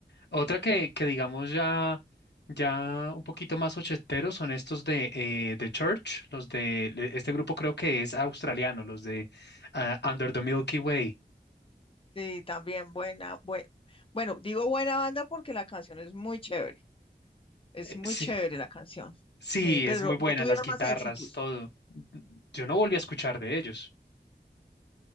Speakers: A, on the left (about 80°); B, on the left (about 30°).
A: Otra que, que digamos ya, ya un poquito más ochenteros son estos de eh, The Church, los de le- este grupo creo que es australiano, los de ah, Under the Milky Way.
B: Sí, también buena, bue- bueno, digo buena banda porque la canción es muy chévere, es
A: Eh,
B: muy
A: sí,
B: chévere la canción,
A: sí,
B: sí, pero
A: es muy buena,
B: no no tuvieron
A: las guitarras,
B: más éxitos.
A: todo. Yo no volví a escuchar de ellos.